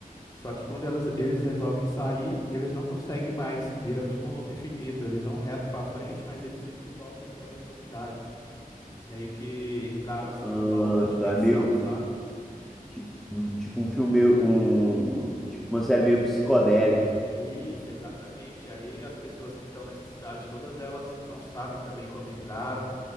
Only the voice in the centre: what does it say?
Ah,
tá, é meio
ti- um- tipo um filme, meio- um, tipo uma série meio psicodélica.